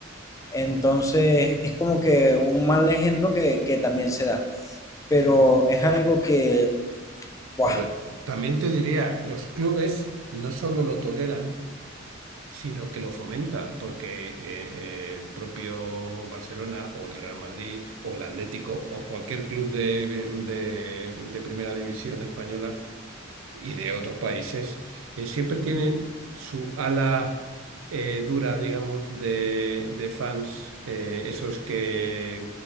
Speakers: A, on the left (about 15°); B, on the right (about 85°).
A: Entonces, es como que un mal ejemplo que, que también se da, pero es algo que, buah,
B: Pero también te diría, los clubes no solo lo toleran, sino que lo fomentan, porque eh, eh, el propio Barcelona o el Real Madrid o el Atlético o cualquier club de, de- de primera división española y de otros países, eh, siempre tienen su ala eh, dura, digamos, de, de fans, eh, esos que,